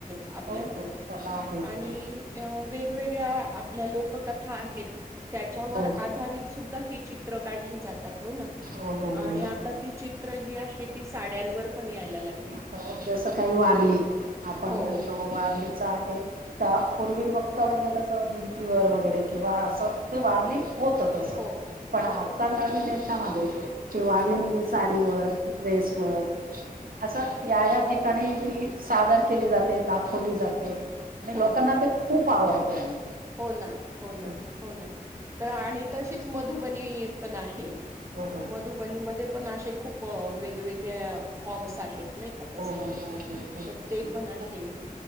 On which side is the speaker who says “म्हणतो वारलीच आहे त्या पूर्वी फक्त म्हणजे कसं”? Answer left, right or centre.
Right